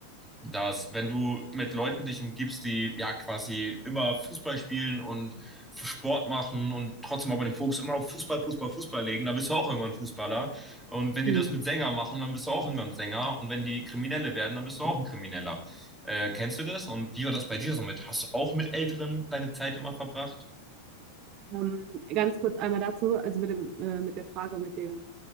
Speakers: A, in the centre; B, on the right (about 40°).
A: dass wenn du mit Leuten dich umgibst, die ja quasi immer Fußball spielen und Sport machen und trotzdem aber den Fokus immer auf Fußball, Fußball, Fußball legen, dann bist du auch irgendwann Fußballer. Und wenn
B: Mhm.
A: die das mit Sänger machen, dann bist du auch irgendwann Sänger. Und wenn die Kriminelle werden, dann bist du auch ein Krimineller. Äh, kennst du das? Und wie war das bei dir so mit? Hast du auch mit Älteren deine Zeit immer verbracht?
B: Ähm, ganz kurz einmal dazu, also mit dem, äh, mit der Frage mit dem,